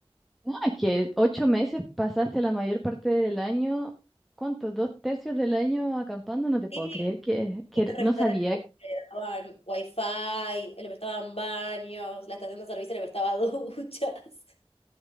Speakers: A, in the centre; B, on the left.
A: no, es que ocho meses pasaste la mayor parte del año, ¿cuánto? Dos tercios del año acampando, no te
B: Sí,
A: puedo creer que, que
B: y los restaurantes
A: no sabía.
B: como que le daban wifi, le prestaban baños, la estación de servicio le prestaba <laughs> duchas.